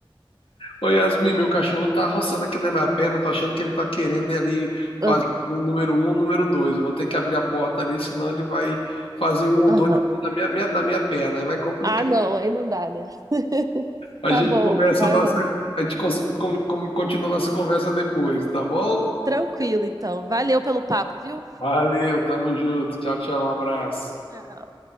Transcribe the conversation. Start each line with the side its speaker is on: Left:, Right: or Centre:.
Left: Oi Yasmin, meu cachorro tá roçando aqui na minha perna, eu tô achando que ele tá querendo ir ali fazer
Right: Ah,
Left: o número um, o número dois. Eu vou ter que abrir a porta ali, senão ele vai fazer um ou
Right: aham.
Left: dois aqui na minha, minha- na minha perna, aí vai complicar.
Right: Ah, não, aí não dá, né? <laughs>
Left: A
Right: Tá
Left: gente
Right: bom,
Left: conversa
Right: vai
Left: nossa,
Right: lá.
Left: a gente cons- con- con- continua nossa conversa depois, tá bom?
Right: Tranquilo, então. Valeu pelo papo, viu?
Left: Valeu, tamo junto. Tchau, tchau, um abraço.
Right: Tchau.